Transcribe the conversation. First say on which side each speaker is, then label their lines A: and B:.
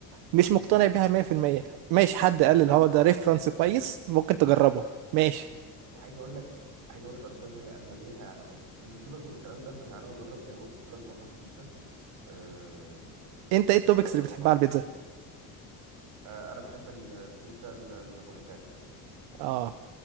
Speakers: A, on the right; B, on the right.
A: مش مقتنع بيها 100% ماشي حد قال
B: لا
A: اللي هو
B: خالص
A: ده ريفرنس كويس ممكن تجربه ماشي
B: وعايز اقول لك عايز اقول لك ارشي بان هي اغلبيتها اعلانات انت سيبك من الكلام ده احنا تعالى نجرب زي ما قلت لك مطعم بيتزا آه
A: انت
B: ومطعم
A: ايه التوبكس اللي بتحبها على
B: بيتزا
A: البيتزا
B: آه انا بحب ال- البيتزا ال- النابوليتان
A: اه